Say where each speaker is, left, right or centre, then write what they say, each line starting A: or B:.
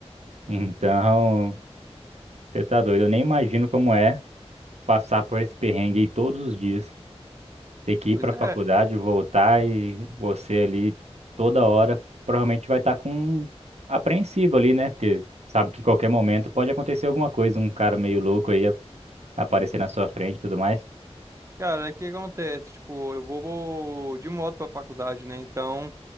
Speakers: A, on the right; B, on the right.
A: Então, você tá doido. Eu nem imagino como é passar por esse perrengue aí todos os dias. Ter que
B: Pois
A: ir pra
B: é,
A: faculdade, voltar e você ali toda hora provavelmente vai estar com apreensivo ali, né? Porque sabe que qualquer momento pode acontecer alguma coisa, um cara meio louco aí a- aparecer na sua frente e tudo mais.
B: cara, o que acontece? Tipo, eu vou, vou de moto pra faculdade, né? Então,